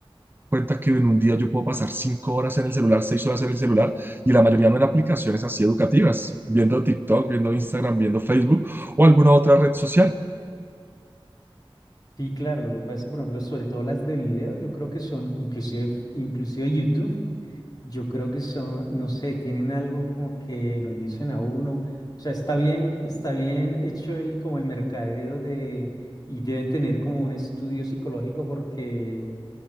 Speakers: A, on the right (about 20°); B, on the left (about 45°).
A: cuenta que en un día yo puedo pasar cinco horas en el celular, seis horas en el celular, y la mayoría no en aplicaciones así educativas, viendo TikTok, viendo Instagram, viendo Facebook o alguna otra red social.
B: Sí, claro, lo que pasa es que, por ejemplo, sobre todo las de video, yo creo que son, inclusive, inclusive YouTube, yo creo que son, no sé, tienen algo que como que lo indicen a uno. O sea, está bien, está bien hecho el como el mercadeo de, y deben tener como un estudio psicológico porque